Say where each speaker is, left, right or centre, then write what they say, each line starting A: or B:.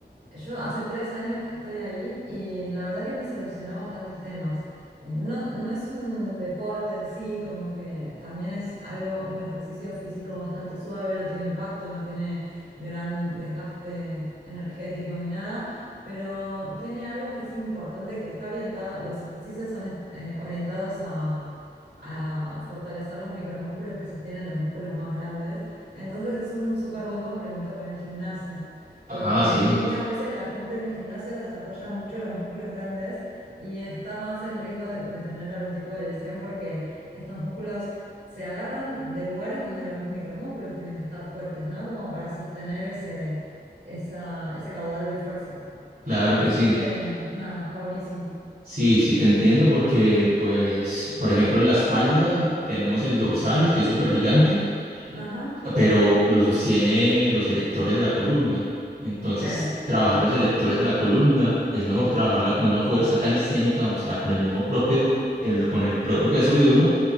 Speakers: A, on the right (about 85°); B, on the right (about 55°).
A: Yo hace tres años que estoy ahí y la verdad que me solucionó bastantes temas. Eh, no, no es un deporte en sí, como que también es algo, un ejercicio físico bastante suave, no tiene impacto, no tiene gran desgaste energético ni nada, pero tiene algo que es importante, que está orientado, los ejercicios son eh, orientados a, a fortalecer los micromúsculos que sostienen los músculos más grandes, entonces es un súper buen complemento para el gimnasio porque
B: Ah, sí,
A: muchas veces la gente en el gimnasio desarrolla mucho los músculos grandes y está más en riesgo de, de tener algún tipo de lesión porque estos músculos se agarran de lugares donde los micromúsculos tienen que estar fuertes, ¿no? Como para sostener ese, esa- ese caudal de fuerza.
B: claro
A: Así
B: que sí.
A: que nada, está buenísimo.
B: Sí, sí, te entiendo porque, pues, por ejemplo, en la espalda tenemos el dorsal, que es súper gigante,
A: Ajá,
B: pero lo sostiene los erectores de la columna. Entonces,
A: claro,
B: trabajar los erectores de la columna es mejor trabajarla con una fuerza calisténica, o sea, con el mismo propio, el, con el propio peso de uno